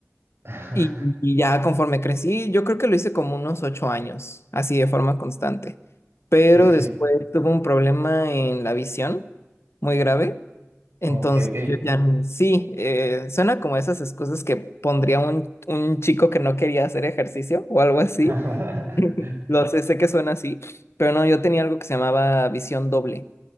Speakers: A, on the right (about 60°); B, on the left (about 65°).
A: <laughs>
B: Y, y ya conforme crecí, yo creo que lo hice como unos ocho años, así de forma constante. Pero
A: Sí, sí, sí.
B: después tuve un problema en la visión muy grave. Entonces
A: Ok, ok.
B: yo ya n- sí, eh, suena como esas excusas que pondría un, un chico que no quería hacer ejercicio o algo así.
A: <laughs>
B: Lo sé, sé que suena así, pero no, yo tenía algo que se llamaba visión doble.